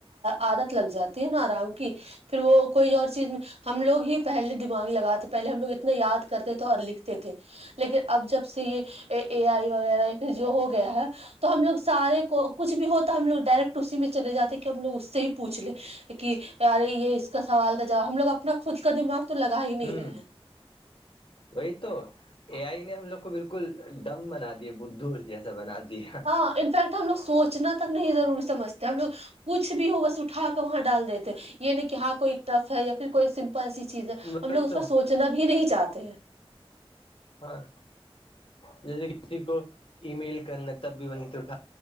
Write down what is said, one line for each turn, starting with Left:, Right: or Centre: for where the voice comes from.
Right: عادت لگ جاتی ہے نا آرام کی پھر وہ کوئی اور چیز میں ہم لوگ ہی پہلے دماغ لگاتے پہلے ہم لوگ اتنا یاد کرتے تھے اور لکھتے تھے لیکن اب جب سے یہ اے آئی وغیرہ یا پھر جو ہو گیا ہے تو ہم لوگ سارے کو کچھ بھی ہوتے تو ہم لوگ ڈائریکٹ اسی میں چے جاتے ہیں کہ ہم لوگ اس سے ہی پوچھ لیں کہ رے یہ اس کا سوال کا جواب ہم لوگ اپنا خود کا دماغ تو لگا ہی نہیں
Left: ہوں
Right: رہا ہے
Left: وہی تو اے آئی نے ہم لوگ کو بالکل ڈم بنا دیا بدھ جیسا بنا دیا
Right: ہاں انفیکٹ ہم لگ سوچنا تک نہیں ضروری سمجتے ہم لوگ کچھ بھی ہوگا س ہا کا وہاں ڈال دیتے یہ نہیں کہ ہاں کوئی ٹف ہے یا پھر کوئی سمپل ایسی چیز ہے
Left: وہی
Right: ہم لوگ اس
Left: تو
Right: پرہ سوچ چنب ہی نہیں چاہتے ہیں
Left: ہاں جیسے کسی کو ای میل کرنا تب بھی وہیں سے اٹھا